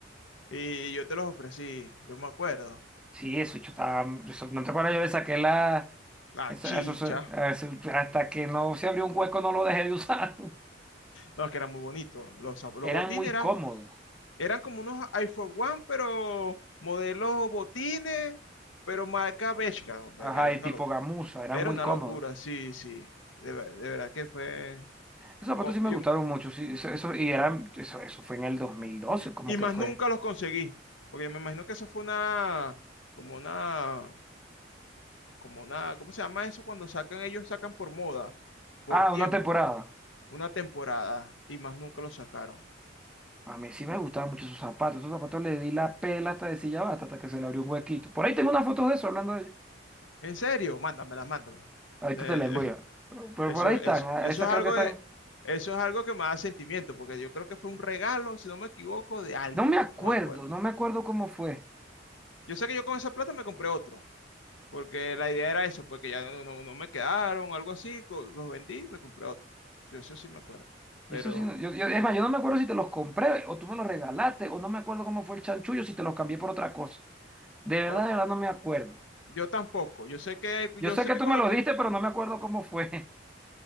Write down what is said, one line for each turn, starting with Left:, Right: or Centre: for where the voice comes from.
Left: Y yo te los ofrecí, yo me acuerdo.
Centre: Sí, eso, yo estaba, eso- no te acuerdas, yo le saqué la,
Left: La
Centre: eso,
Left: chicha.
Centre: eso se- eso- hasta que no se abrió un hueco no lo dejé de usar. <laughs>
Left: No, es que eran muy bonitos. Los, zap- los
Centre: Eran
Left: botines
Centre: muy
Left: eran,
Centre: cómodos,
Left: eran como unos iPhone One, pero modelos botines, pero marca Bershka.
Centre: ajá,
Left: Era
Centre: y
Left: una,
Centre: tipo
Left: lo-
Centre: gamuza, eran
Left: era
Centre: muy
Left: una
Centre: cómodos.
Left: locura, sí, sí. De, ver- de verdad que fue.
Centre: Esos zapatos
Left: o-
Centre: sí me
Left: yo,
Centre: gustaron mucho, sí, eso, eso- y eran, eso, eso fue en el dos mil doce
Left: y,
Centre: como
Left: y
Centre: que
Left: más
Centre: fue.
Left: nunca los conseguí. Porque me imagino que eso fue una. Como una. Como una. ¿Cómo se llama eso? Cuando sacan, ellos sacan por moda, por
Centre: Ah,
Left: tiempo,
Centre: una temporada.
Left: una temporada, y más nunca los sacaron.
Centre: A mí sí me gustaban mucho esos zapatos. Esos zapatos le di la pela hasta de silla basta, hasta que se le abrió un huequito. Por ahí tengo una foto de eso hablando de ellos.
Left: ¿En serio? Mándamela, mándamela.
Centre: Ahorita
Left: Eh,
Centre: te la envío. Pero, pero
Left: Eso,
Centre: por ahí están.
Left: eso,
Centre: a-
Left: eso
Centre: Esas
Left: es algo
Centre: creo que están.
Left: de, eso es algo que me da sentimiento, porque yo creo que fue un regalo, si no me equivoco, de alguien,
Centre: No me acuerdo,
Left: no me acuerdo.
Centre: no me acuerdo cómo fue.
Left: Yo sé que yo con esa plata me compré otro, porque la idea era eso, porque ya no, no- no me quedaron, algo así, co- los vendí y me compré otro. Yo eso sí me acuerdo,
Centre: Y
Left: pero
Centre: eso sí, no- yo, yo- es más, yo no me acuerdo si te los compré o tú me los regalaste o no me acuerdo cómo fue el chanchullo, si te los cambié por otra cosa. De verdad,
Left: o-
Centre: de verdad no me acuerdo.
Left: yo tampoco. Yo sé que, yo
Centre: Yo sé
Left: sé
Centre: que
Left: que
Centre: tú
Left: con
Centre: me
Left: lo
Centre: los
Left: que,
Centre: diste, pero no me acuerdo cómo fue. <laughs>